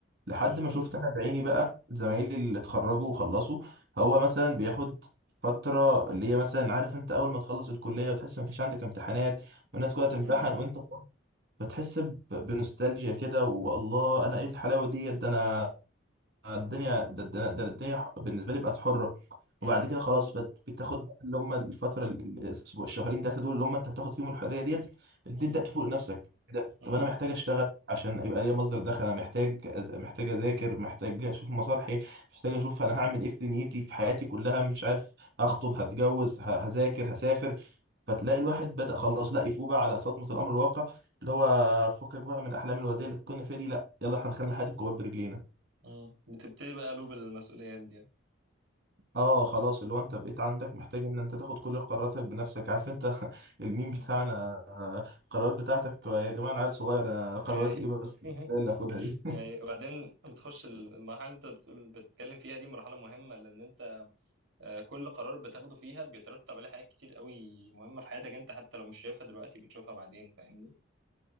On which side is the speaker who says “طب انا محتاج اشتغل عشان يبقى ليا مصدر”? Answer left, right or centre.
Right